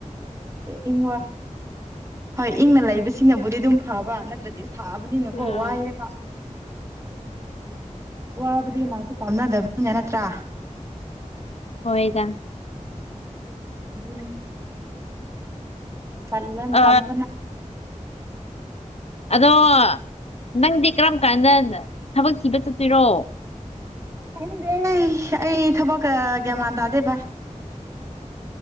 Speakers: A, on the right; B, on the left.
A: ꯏꯪ ꯍꯣꯏ ꯏꯪꯅ ꯂꯩꯕꯁꯤꯡꯅꯕꯨꯗꯤ ꯑꯗꯨꯝ ꯐꯕ ꯅꯠꯇ꯭ꯔꯗꯤ ꯊꯛꯑꯕꯅꯤꯅꯀꯣ
B: ꯎꯝ
A: ꯋꯥꯏꯑꯦꯕ ꯋꯥꯕꯨꯗꯤ ꯉꯁꯨ ꯄꯥꯝꯅꯗꯕꯅꯤꯅ ꯅꯠꯇ꯭ꯔꯥ
B: ꯑꯣꯏꯣꯏꯗ
A: ꯎꯝ ꯀꯜꯟ
B: ꯑ
A: ꯇꯟꯕꯅ
B: ꯑꯗꯣ ꯅꯪꯗꯤ ꯀꯔꯝ ꯀꯥꯟꯗ ꯊꯕꯛ ꯊꯤꯕ ꯆꯠꯇꯣꯏꯔꯣ
A: ꯑꯩꯗꯤ ꯑꯩ ꯑꯩ ꯊꯕꯛꯀ ꯒ꯭ꯌꯥꯃꯥꯟ ꯇꯥꯗꯦ ꯚꯥꯏ